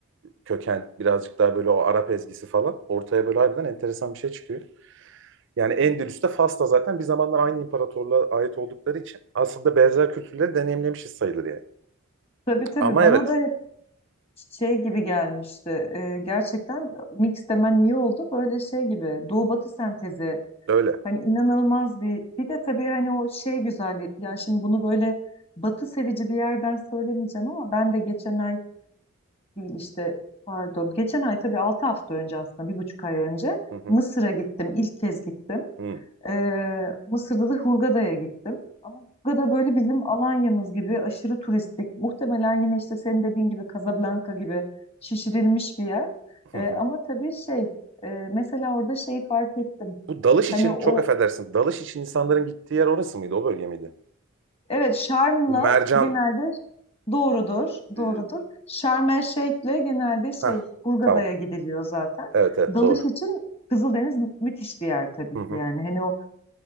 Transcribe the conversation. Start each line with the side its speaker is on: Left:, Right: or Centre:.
Right: köken, birazcık daha böyle o Arap ezgisi falan ortaya böyle harbiden enteresan bir şey çıkıyor. Yani Endülüs'te Fas'ta zaten bir zamanlar aynı imparatorluğa ait oldukları için aslında benzer kültürleri deneyimlemişiz sayılır yani.
Left: Tabii tabii
Right: Ama
Left: bana
Right: evet
Left: da hep şey gibi gelmişti. Ee, gerçekten mix demen iyi oldu. Böyle şey gibi Doğu Batı sentezi.
Right: öyle.
Left: Hani inanılmaz bir bir de tabii hani o şey güzelliği. Ya şimdi bunu böyle Batı sevici bir yerden söylemeyeceğim ama ben de geçen ay değil işte pardon. Geçen ay tabii 6 hafta önce aslında bir buçuk ay önce
Right: Hı hı.
Left: Mısır'a gittim. İlk kez gittim.
Right: Hı
Left: Ee, Mısır'da da Hurgada'ya gittim. Ama Hurgada böyle bizim Alanya'mız gibi aşırı turistik. Muhtemelen yine işte senin dediğin gibi Casablanca gibi şişirilmiş bir yer.
Right: hı.
Left: Ee,
Right: hı.
Left: ama tabii şey e, mesela orada şeyi fark ettim.
Right: Bu dalış
Left: Hani
Right: için
Left: o
Right: çok affedersin. Dalış için insanların gittiği yer orası mıydı? O bölge miydi?
Left: evet Şarm'la
Right: Bu mercan
Left: genelde doğrudur,
Right: e,
Left: doğrudur. Şarm El Şeyh'le genelde şey
Right: heh,
Left: Hurgada'ya
Right: tamam.
Left: gidiliyor zaten.
Right: Evet evet
Left: Dalış
Right: doğru.
Left: için Kızıldeniz mü- müthiş bir yer tabii
Right: Hı
Left: ki
Right: hı.
Left: yani. Hani o